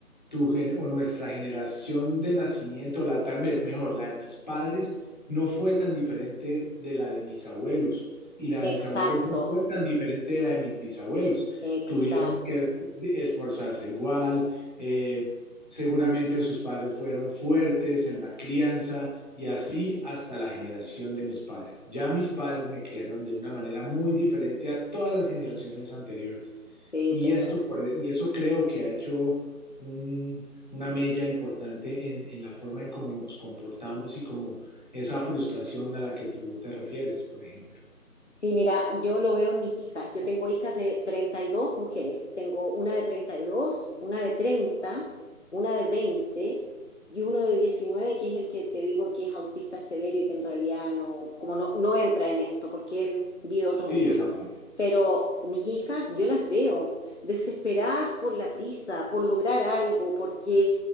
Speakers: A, on the left (about 30°); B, on the left (about 50°).
A: tu gen- o nuestra generación de nacimiento, la tal vez mejor, la de mis padres, no fue tan diferente de la de mis abuelos y la de
B: Exacto,
A: mis abuelos no fue tan diferente de la de mis bisabuelos.
B: exacto.
A: Tuvieron que es- esforzarse igual, eh, seguramente sus padres fueron fuertes en la crianza y así hasta la generación de mis padres. Ya mis padres me criaron de una manera muy diferente a todas las generaciones anteriores.
B: Sí,
A: Y
B: pero
A: esto por- e, y eso creo que ha hecho un- una mella importante en, en la forma en cómo nos comportamos y como esa frustración a la que tú te refieres, por ejemplo.
B: Sí, mira, yo lo veo en mis hijas. Yo tengo hijas de 32 mujeres. Tengo una de 32, una de 30, una de 20 y uno de 19 que es el que te digo que es autista severo y que en realidad no, como no, no entra en esto, porque él vive otro
A: Sí,
B: mundo.
A: esa parte.
B: Pero mis hijas, yo las veo desesperadas por la prisa, por lograr algo, porque